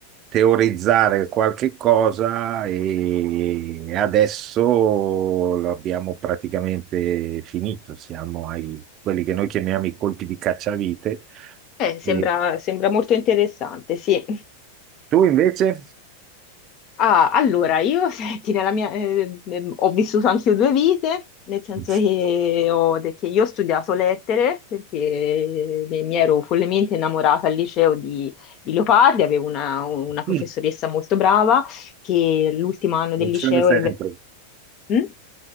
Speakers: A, on the right (about 30°); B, on the left (about 35°).
A: teorizzare qualche cosa e adesso l'abbiamo praticamente finito, siamo ai quelli che noi chiamiamo i colpi di cacciavite.
B: Eh, sembra,
A: E
B: sembra molto interessante, sì.
A: tu invece?
B: Ah, allora, io, <laughs> senti, nella mia, eh, ehm, ho vissuto anche io due vite, nel senso
A: <laughs>
B: che, ho, de- che io ho studiato lettere perché mi mi ero follemente innamorata al liceo di, di Leopardi, avevo una, una professoressa
A: Sì,
B: molto brava che l'ultimo anno
A: funziona
B: del liceo
A: sempre.
B: è... ve- Mm?